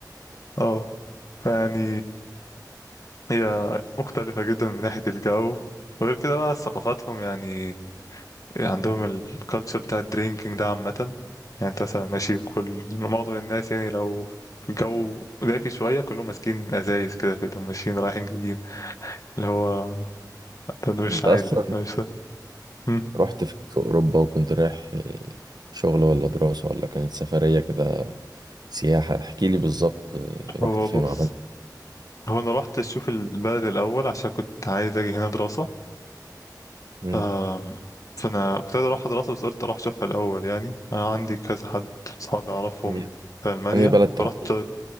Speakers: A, on the left; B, on the right.
A: <laughs> اه فيعني هي مختلفة جدا من ناحية الجو وغير كده بقى ثقافاتهم يعني يعني عندهم الكالتشر بتاع الدرينكينج ده عامة يعني انت مثلا ماشي كل معظم الناس يعني لو الجو دافي شوية كلهم ماسكين أزايز كده في ايدهم ماشيين رايحين جايين اللي هو ده ده مش
B: انت
A: عادي
B: اصلا
A: ده ده مش ده مم.
B: رحت في في اوروبا وكنت رايح آه، شغل ولا دراسه ولا كانت سفريه كده سياحة احكي لي بالظبط آه، رحت
A: هو
B: فين
A: بص
B: وعملت
A: هو أنا رحت أشوف البلد الأول عشان كنت عايز أجي هنا دراسة
B: مم.
A: أم، فأنا كنت عايز أروح دراسة بس قلت أروح أشوفها الأول يعني أنا عندي كذا حد صحابي أعرفهم
B: هي-
A: في ألمانيا
B: أنهي بلد تحديدا
A: فرحت